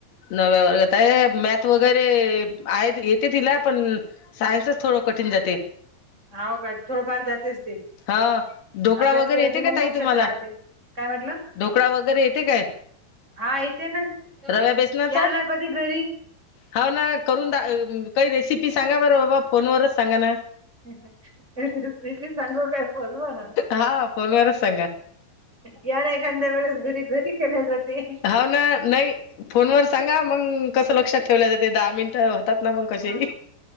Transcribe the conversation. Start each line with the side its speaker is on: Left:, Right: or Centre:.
Left: नवव्या वर्गात आहे मॅथ वगैरे आहेत येते तिला पण सायन्सच थोडं कठीण जाते.
Right: हाव का थोडंफार जातेच ते
Left: हा ढोकळा
Right: अभ्यास
Left: वगैरे
Right: केला
Left: येते
Right: की
Left: का
Right: मग
Left: ताई
Right: लक्षात
Left: तुम्हाला
Right: राहते. काय म्हटलं?
Left: ढोकळा वगैरे येते काय
Right: हा येते ना
Left: रव्या बेसनाचा?
Right: या ना कधी घरी
Left: हाव ना करून दा काही रेसिपी सांगा बरं बाबा फोनवरच सांगा ना.
Right: ती रेसिपी सांगू काय फोनवर?
Left: हा फोनवरच सांगा
Right: या ना एखांदे वेळेस घरी. घरी केल्या जाते
Left: हाव ना नाही फोनवर सांगा मंग. कसं लक्षात ठेवल्या जाते दहा मिनिटं? होतात ना मग कसे
Right: होय,